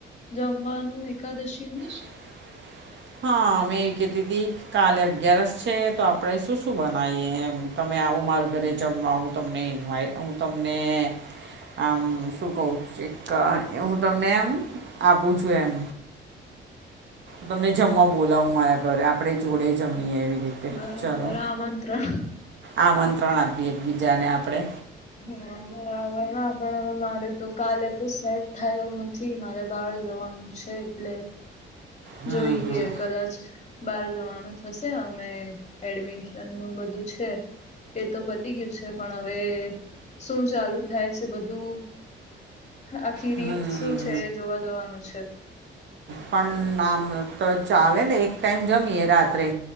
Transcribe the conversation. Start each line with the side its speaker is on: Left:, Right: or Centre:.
Left: જમવાનું એકાદશીનું
Right: <inaudible> હા મેં કેતીતી કાલે અગિયારસ છે, તો આપણે શું શું બનાવીએ એમ તમે આવો મારું ઘરે જમવા હું તમને ઇન્વાય હું તમને આમ શું કહું એક હું તમને એમ આપું છું એમ તમને જમવા બોલાવું મારા ઘરે આપણે જોડે જમીએ એવી રીતે
Left: બરાબર
Right: ચાલો
Left: આમંત્રણ
Right: આમંત્રણ આપીએ એકબીજાને આપણે
Left: હા બરાબર પણ હવે મારે તો કાલે તો સેટ થાય એવું ન થી મારે બહાર જવાનું છે, એટલે
Right: હમ
Left: જોઈએ
Right: હમ
Left: કદાચ બહાર જવાનું થશે અને એડમિશન નું બધું છે. એ તો પતી ગયું છે, પણ હવે શું ચાલુ થાય છે, બધું આખી
Right: હમ.
Left: રીત શું છે, જોવા જવાનું છે.
Right: પણ નામ તો ચાલે ને એક ટાઈમ જમીએે રાત્રે